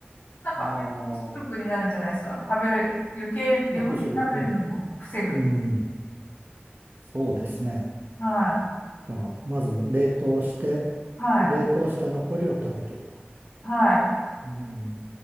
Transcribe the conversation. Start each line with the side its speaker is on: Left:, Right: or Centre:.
Left: なんか、
Right: ああ。
Left: 食になるんじゃないですか。食べる、余計、余分に食べるのも防ぐ。
Right: 抑止力。えうん。そうですね。
Left: はい。
Right: じゃあ、まず冷凍して、
Left: はい。
Right: 冷凍した残りを食べると。
Left: はい。
Right: うん。